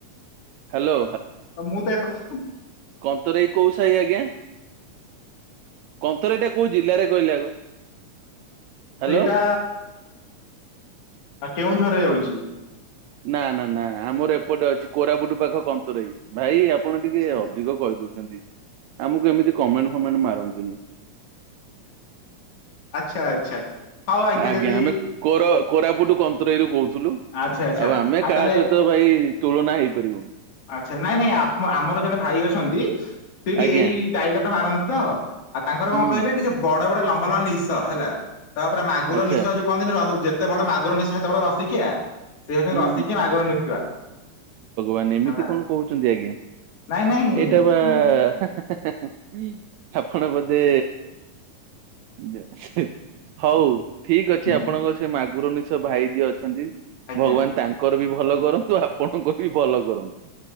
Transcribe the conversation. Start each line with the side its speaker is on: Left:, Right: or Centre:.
Right: ହାଲୋ।
Left: ଅ ମୁଁ ତ ଏତେ କଥା
Right: କନ୍ତରେଇ କୋଉ ସାଇ ଆଜ୍ଞା? କନ୍ତରେଇଟା କୋଉ ଜିଲ୍ଲାରେ କହିଲେ ଆଗ? ହ୍ୟାଲୋ
Left: ସେଇଟା କେଉଁଝରରେ ଯାଉଚି।
Right: ନାଁ ନାଁ ନାଁ ଆମର ଏପଟେ ଅଛି କୋରାପୁଟୁ ପାଖ କନ୍ତରେଇ। ଭାଇ ଆପଣ
Left: ଆଚ୍ଛା
Right: ଟିକେ
Left: ଆଚ୍ଛା।
Right: ଅଧିକ କହିଦ ଚନ୍ତି ଆମକୁ ଏମିତି କମେଣ୍ଟ୍ ଫମେଣ୍ଟ୍ ମାରନ୍ତୁନି।
Left: ଆଚ୍ଛା ଆଚ୍ଛା। ହଉ
Right: ଆଜ୍ଞା
Left: ଯଦି
Right: ଆମେ କୋର କୋରାପୁଟୁ କନ୍ତରେଇରୁ କହୁ ଥୁଲୁ
Left: ଆଚ୍ଛା ଆଚ୍ଛା
Right: ଆଉ ଆମେ କାହା
Left: ତାହେଲେ
Right: ସହିତ ଭାଇ ତୁଳନା ହେଇପାରିବୁନି।
Left: ଆଚ୍ଛା ନାଇଁ ନାଇଁ ଆପ ଆମର ଜଣେ ଭାଇ ଅଛନ୍ତି। ସେ ବି
Right: ଆଜ୍ଞା
Left: ଏଇ ଡାଇଲଗ ଟା ମାର ତ ଆଉ ତାଙ୍କର
Right: ହୁଁ
Left: କଣ କହିଲେ ଟିକେ ବଡ ବଡ ଲମ୍ବା ଲମ୍ବା ନିଶ ହେଲା। ତାପରେ ମାଗୁର
Right: ଆଚ୍ଛା
Left: ନିଶ ଯୋଉ କହନ୍ତିିନି ଯେତେ ବଡ ମାଗୁର ନିଶ ସେତେ ବଡ ରସିକିଆ। ସେ ହଉଚନ୍ତି
Right: ହୁଁ
Left: ରସିକେ ମାଗୁର ନିଶୁଆ।
Right: ମାନେ ଏମିତି
Left: ହେଲା
Right: କଣ କହୁଚନ୍ତି ଆଜ୍ଞା।
Left: ନାଇଁ ନାଇଁ
Right: ଏଇଟା ବା ହା ହା। ହା ହା ହା ଆପଣ ବଧେ ଯେ ହଉ। ଠିକ
Left: ଆଜ୍ଞା
Right: ଅଛି ଆପଣଙ୍କ ସେ ମାଗୁର ନିଶ ଭାଇ ଯିଏ ଅଛନ୍ତି
Left: ଆଜ୍ଞା
Right: ଭଗବାନ ତାଙ୍କର ବି ଭଲ କରନ୍ତୁ ଆପଣଙ୍କର ବି ଭଲ କରନ୍ତୁ।